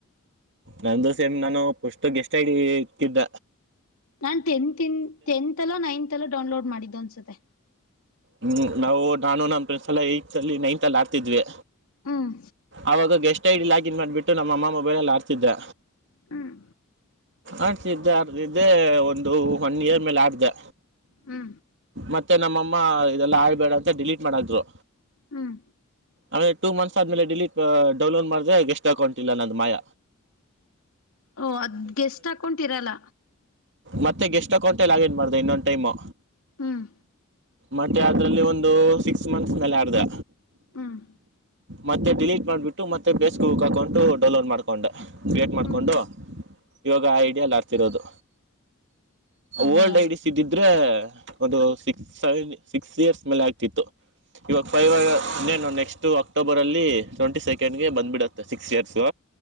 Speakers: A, on the right; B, on the left.
A: ನಂದು ಸೇಮ್ ನಾನು ಪುಸ್ತಕ್ ಗೆಷ್ಟಐಡಿ ಇಟ್ಟಿದ್ದ.
B: ನಾನ್ ಟೆಂತಿಂದ ಟೆಂತಲ್ಲೋ ನೈನ್ತಲ್ಲೋ ಡೌನ್ಲೋಡ್ ಮಾಡಿದ್ದು ಅನ್ಸುತ್ತೆ.
A: ಹ್ಮ್ ನಾವು ನಾನು ನಮ್ ಫ್ರೆಂಡ್ಸ ಎಲ್ಲಾ ಏಟತಲ್ಲಿ ನೈನ್ತಲ್ಲಿ ಆಡ್ತಿದ್ವಿ.
B: ಹ್ಮ್
A: ಅವಾಗ ಗೆಸ್ಟ್ ಐಡಿ ಲಾಗಿನ್ ಮಾಡ್ಬಿಟ್ಟು ನಮ್ಮ ಅಮ್ಮ ಮೊಬೈಲಲ್ಲಿ ಆಡ್ತಿದ್ದೆ.
B: ಹ್ಮ್
A: ಆಡ್ತಿದ್ದೆ ಆಡ್ತಿದ್ದೇ ಒಂದು ದು ಒನ್ ಇಯರ್ ಮ್ಯಾಲ ಆಡದೆ.
B: ಹ್ಮ
A: ಮತ್ತೆ ನಮ್ಮಮ್ಮ ಇದೆಲ್ಲಾ ಆಡಬೇಡ ಅಂತ ಡಿಲೀಟ್ ಮಾಡ ಹಾಕುದ್ರು.
B: ಹ್ಮ್
A: ಆಮೇಲೆ ಟೂ ಮಂತ್ಸ್ ಆದ್ಮೇಲೆ ಡಿಲೀಟ್ ಡೌನ್ಲೋಡ್ ಮಾಡದೇ ಗೆಸ್ಟ್ ಅಕೌಂಟ್ ಇಲ್ಲ ನಂದ ಮಾಯ.
B: ಓ ಅದ್ ಗೆಸ್ಟ್ ಅಕೌಂಟ್ ಇರಲ್ಲ.
A: ಮತ್ತೆ ಗೆಸ್ಟ್ ಅಕೌಂಟೆ ಲಾಗಿನ್ ಮಾಡ್ದೆ ಇನ್ನೊನ ಟೈಮು.
B: ಹ್ಮ್
A: ಮತ್ತೆ ಅದ್ರಲ್ಲಿ ಒಂದು ಸಿಕ್ಸ್ ಮಂತ್ಸ್ ಮೇಲೆ ಆಡದೆ.
B: ಹ್ಮ್
A: ಮತ್ತೆ ಡಿಲೀಟ್ ಮಾಡ್ಬಿಟ್ಟು ಮತ್ತೆ ಪೇಸ್ ಬುಕ್ ಅಕೌಂಟು ಡೌನ್ಲೋಡ್ ಮಾಡ್ಕೊಂಡೆ. ಕ್ರಿಯೇಟ್ ಮಾಡಕೊಂಡು
B: ಹ್ಮ್
A: ಇವಾಗ ಐಡಿಯಲಿ ಆಡ್ತಿರೋದು.
B: ಹೌದಾ
A: ಓಲ್ಡ್ ಐಡಿಸ್ ಇದ್ದಿದ್ರೆ ಒಂದು ಸಿಕ್ಸ್ ಸೆವೆನ್ ಸಿಕ್ಸ್ ಇಯರ್ಸ್ ಮೇಲೆ ಆಗ್ತಿತ್ತು. ಇವಾಗ ಫೈವ್ ಆಗ್ಯವ ಇನ್ನೇನು ನೆಕ್ಸ್ಟ್ ಅಕ್ಟೋಬರಲ್ಲಿ ಟ್ವೆಂಟಿ ಸೆಕೆಂಡ್ಗೆ ಬಂದ್ಬಿಡುತ್ತೆ ಸಿಕ್ಸ್ ಇಯರ್ಸು.